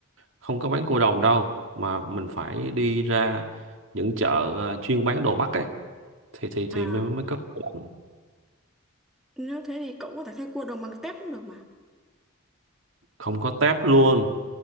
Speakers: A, on the right; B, in the centre.
A: không có bán cua đồng đâu mà mình phải đi ra những chợ ờ, chuyên bán đồ Bắc ấy thì thì thì
B: à
A: mới mới có cua đồng
B: nếu thế thì cậu có thể thay cua đồng bằng tép cũng được mà
A: không có tép luôn